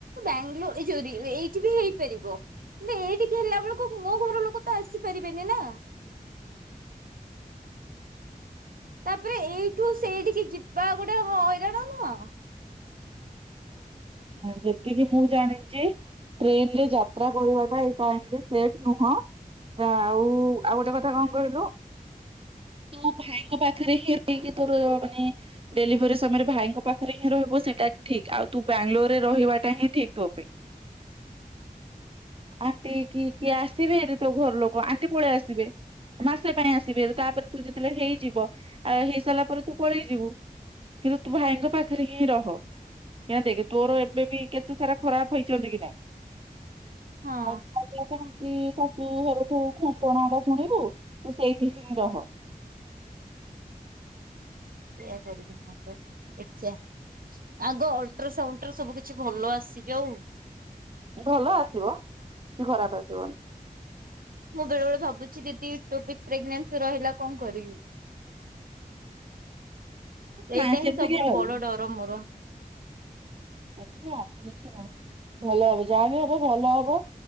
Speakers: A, on the right (about 70°); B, on the right (about 40°).
A: ବାଙ୍ଗାଲୋରୋ ଏଇଠି ବି ହେଇପାରିବ। କିନ୍ତୁ ଏଇଠିକି ହେଲା ବେଳକୁ ମୋ ଘର ଲୋକ ତ ଆସିପାରିବେନି ନା?
B: ହୁଁ
A: ତାପରେ ଏଇଠୁ ସେଇଠିକି ଯିବା ଗୋଟେ ହଇରାଣ ନୁହଁ?
B: ଯେତିକି ମୁଁ ଜାଣିଛି ଟ୍ରେନ ରେ ଯାତ୍ରା କରିବାଟା ଏଇ ଟାଇ ସେବ ନୁହଁ। ଆଉ ଆଉ ଗୋଟେ କଥା କଣ କହିଲୁ। ତୁ ଭାଇଙ୍କ ପାଖରେ ହେ କି ତୋର ମାନେ ଡେଲିଭରି ସମୟରେ ଭାଇଙ୍କ ପାଖରେ ହିଁ ରହିବ ସେଟା ଠିକ୍ ଆଉ ତୁ ବାଙ୍ଗାଲୋରରେ ରହିବାଟା ହିଁ ଠିକ୍ ପାଇଁ। ଆଣ୍ଟି କି କିଏ ଆସିବେ ହାରି ତୋ ଘର ଲୋକ ଆଣ୍ଟି ପଳେଇ ଆସିବେ ମାସେ ପାଇଁ ଆସିବେ ତାପରେ ତୁ ଯେତେବେଳେ ହେଇଯିବ ଆଉ ହେଇ ସାରିଲା ପରେ ତୁ ପଳେଇ ଯିବୁ। କିନ୍ତୁ ତୁ ଭାଇଙ୍କ ପାଖରେ ହିଁ ରହ। ଏୟା ଦେଖ ତୋର ଏବେ ବି କେତେ ସାରା ଖରାପ ହେଇଛନ୍ତି କି ନାଇଁ
A: ହଁ
B: ଆ କହନ୍ତି ଶାଶୁ ଘରଠୁ ଖୁଣ୍ଟଣା ଟା ଶୁଣିବୁ ତୁ ସେଇଠି ହିଁ ରହ।
A: ସେଆ କରିବୀ ନହେଲେ ଦେଖିଆ ଆଗ ଅଲଟ୍ରାସାଉଣ୍ଡରେ ସବୁ କିଛି ଭଲ ଆସି ଯଉ
B: ଭଲ ଆସିବ କିଛି ଖରାପ ଆସିବନି
A: ମୁଁ ବେଳେ ବଳେ ଭାବୁଛି ଦିଦି ଟୁବି ପ୍ରେଗନେନ୍ସି ରହିଲା କଣ କରିବି?
B: ନାଇଁ
A: ଏଇଟା
B: ସେମିତି
A: ହିଁ ସବୁଠୁ
B: କାଇଁ ଭାବିବୁ
A: ବଡ ଡର ମୋର।
B: ଆଛା କିଛି ନାହିଁ ଭଲ ହବ ଯାହା ବି ହବ ଭଲ ହବ।